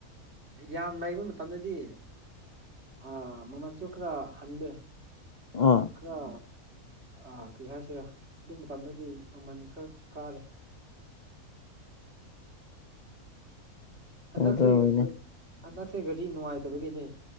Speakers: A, on the right; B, on the left.
A: ꯌꯥꯝ ꯂꯩꯕ ꯃꯇꯝꯗꯗꯤ ꯑꯥ ꯃꯃꯜꯁꯨ ꯈꯔ ꯍꯜꯂꯦ
B: ꯑꯥ
A: ꯈꯔ ꯑꯥ ꯀꯩ ꯍꯥꯏꯁꯤꯔꯥ ꯑꯗꯨ ꯃꯇꯝꯗꯗꯤ ꯃꯃꯟ ꯈꯔ ꯀꯥꯔꯦ ꯍꯟꯗꯛꯁꯦ
B: ꯀꯩꯅꯣ ꯇꯧꯋꯤꯅꯦ
A: ꯍꯟꯗꯛꯁꯦ ꯒꯥꯔꯤ ꯅꯨꯡꯉꯥꯏꯇꯕꯒꯤꯅꯦ